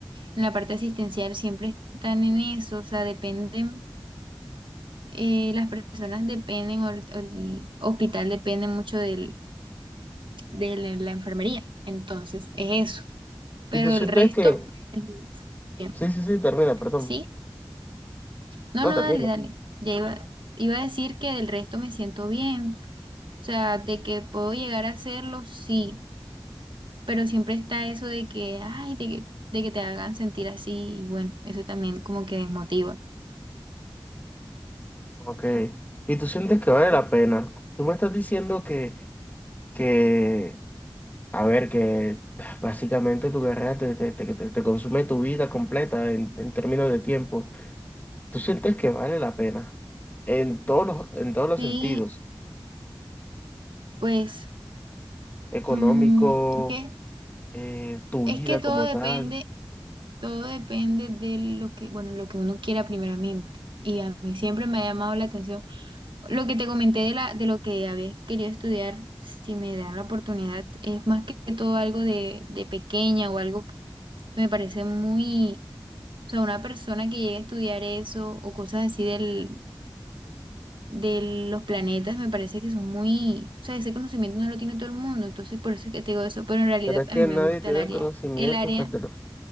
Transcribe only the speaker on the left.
¿Y
tú sientes
que...
Sí, sí, sí, termina, perdón.
No,
termina.
Ok. ¿Y tú sientes que vale la pena? Tú me estás diciendo que, que, a ver, que básicamente tu carrera te, te, te, te- te consume tu vida completa en, en términos de tiempo. ¿Tú sientes que vale la pena? En todos los, en todos los
sentidos.
económico,
eh, tu
vida
como
tal.
Pero es
que
nadie
tiene
el conocimiento
hasta que lo,